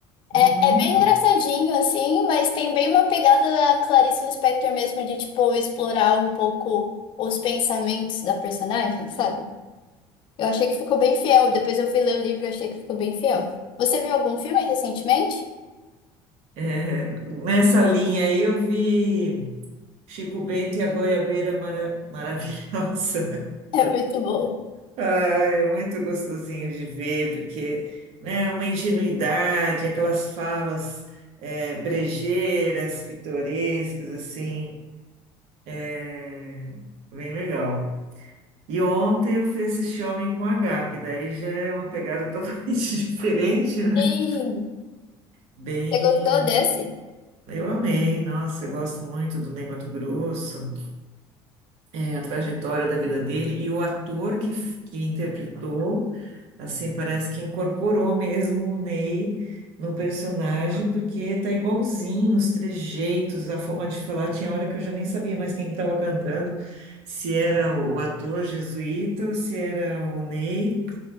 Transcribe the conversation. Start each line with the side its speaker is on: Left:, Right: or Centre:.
Right: Uhum.
Left: É, é bem engraçadinho, assim, mas tem bem uma pegada da Clarice Lispector mesmo, de, tipo, explorar um pouco os pensamentos da personagem, sabe? Eu achei que ficou bem fiel. Depois eu fui ler o livro e achei que ficou bem fiel. Você viu algum filme recentemente? <laughs>
Right: É, nessa linha aí eu vi Chico Bento e a Goiabeira Mara- Maravilhosa.
Left: É muito bom.
Right: Ah, é muito gostosinho de ver, porque, né, uma ingenuidade, aquelas falas eh, brejeiras, pitorescas, assim, é bem legal. E ontem eu fui assistir Homem com H, que daí já é uma pegada <laughs> totalmente diferente, né?
Left: Sim.
Right: Bem,
Left: Você gostou desse?
Right: eu amei, nossa, eu gosto muito do Ney Matogrosso. é, a trajetória da vida dele e o ator que, f- que interpretou, assim, parece que incorporou mesmo o Ney no personagem, porque tá igualzinho os trejeitos, a forma de falar. Tinha hora que eu já nem sabia mais quem que estava cantando, se era o ator jesuíta ou se era o Ney,